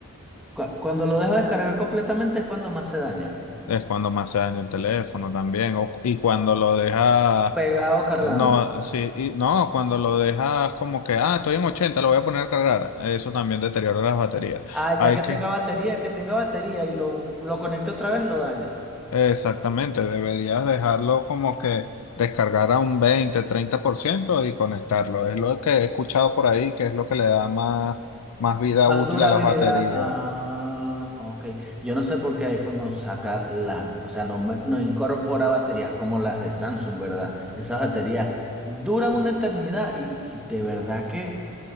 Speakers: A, in the centre; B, on the left.
A: Cu- Cuando lo dejo descargar completamente es cuando más se daña.
B: Es cuando más se daña el teléfono también. O, y cuando lo dejas,
A: Pegado cargando.
B: eh, no, sí, y, no, cuando lo dejas como que, ah, estoy en 80 lo voy a poner a cargar. Eso también deteriora las baterías.
A: Ah,
B: Hay
A: ya que
B: que,
A: tenga batería, que tenga batería y lo, lo conecto otra vez, lo daña.
B: exactamente, deberías dejarlo como que descargar a un veinte treinta por ciento y conectarlo. Es lo que he escuchado por ahí, que es lo que le da más, más vida
A: Más
B: útil
A: durabilidad.
B: a las baterías.
A: Ah, ok. Yo no sé por qué iPhone no saca la, o sea, no, me- no incorpora baterías como las de Samsung, ¿verdad? Esas baterías duran una eternidad y, y de verdad que,